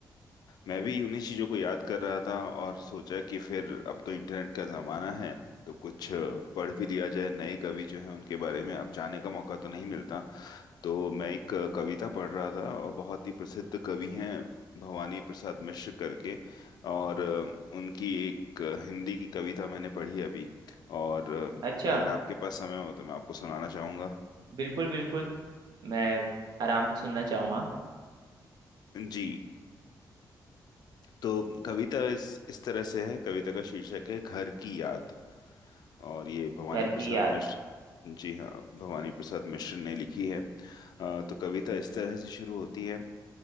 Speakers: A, on the left; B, on the right.
A: मैं भी उन्हीं चीज़ों को याद कर रहा था और सोचा कि फिर अब तो इंटरनेट का ज़माना है तो कुछ अ, पढ़ भी लिया जाए नए कवि जो हैं उनके बारे में अब जाने का मौका तो नहीं मिलता तो मैं एक अ, कविता पढ़ रहा था और बहुत ही प्रसिद्ध कवि हैं भवानी प्रसाद मिश्र करके और अ, उनकी एक अ, हिंदी की कविता मैंने पढ़ी अभी और अ,
B: अच्छा
A: अगर आपके पास समय हो तो मैं आपको सुनाना चाहूँगा
B: बिल्कुल बिल्कुल मैं आराम से सुनना चाहूंगा
A: जी तो कविता इस इस तरह से है कविता का शीर्षक है घर की याद और ये भवानी
B: घर
A: प्रसाद
B: की याद
A: मिश्र जी हाँ भवानी प्रसाद मिश्र ने लिखी है अ, तो कविता इस तरह से शुरू होती है